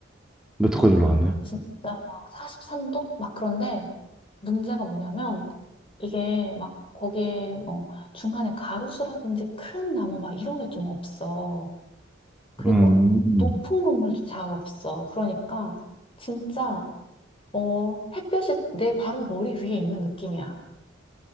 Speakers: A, in the centre; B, on the left.
A: 몇도까지 올라왔요
B: 진짜 막 43도? 막 그런데 문제가 뭐냐면 이게 막 거기에 뭐 중간에 가로수라든지 큰 나무 막 이런 게 좀 없어. 그리고
A: 음.
B: 높은 건물도 잘 없어. 그러니까 진짜 어 햇볕이 내 바로 머리 위에 있는 느낌이야.